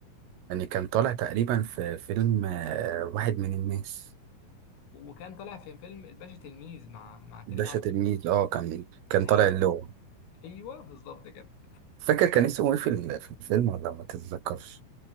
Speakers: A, on the right; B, on the left.
A: يعني كان طالع تقريبا في فيلم آه، واحد من الناس
B: وكان طالع في فيلم الباشا تلميذ مع مع كريم
A: باشا
B: عبد
A: تلميذ
B: العزيز
A: اه كان كان
B: حلو
A: طالع اللغة
B: ايوه بالظبط كده
A: فاكر كان اسمه ايه في ال- في الفيلم ولا ما تتذكرش